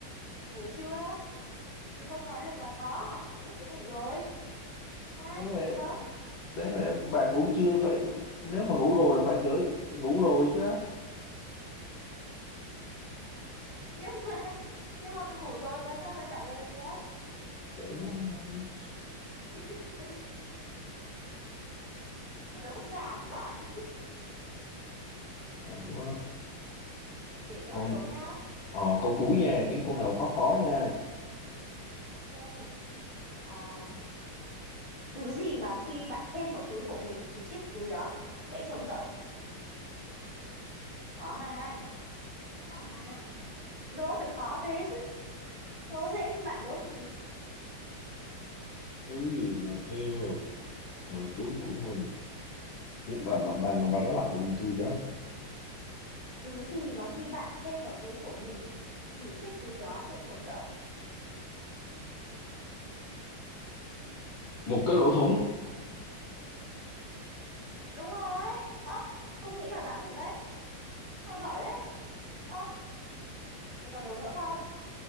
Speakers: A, on the left (about 30°); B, on the left (about 80°).
A: ngủ chưa thì không nói được là có vì lúc đấy ngủ rồi ha
B: Đáng lẽ
A: phải không
B: đấy mà bạn ngủ chưa phải nếu mà ngủ rồi là phải gửi ngủ rồi chứ
A: <laughs> nhưng mà nhưng mà ngủ rồi mà sao mà trả lời được
B: vậy mới hay
A: <laughs> đố xàm quá à.
B: Ờ, quá
A: để tôi
B: Ồ,
A: đố nhá
B: ờ, câu cuối nha kiếm câu nào khó khó nha
A: ok à, thứ gì mà khi bạn thêm vào túi của mình thì chiếc túi đó sẽ trống rỗng có ha có ha đố phải khó thế chứ đố dễ như bạn đố làm gì
B: thứ gì mà theo vào, vào túi của mình nhưng bà bà bà, bà nói lại giùm tôi cái
A: thứ gì mà khi bạn thêm vào túi của mình thì chiếc túi đó sẽ trống rỗng
B: một cái lỗ thủng
A: đúng rồi ơ không nghĩ là đoán được đấy sao giỏi thế ơ thế có đố nữa không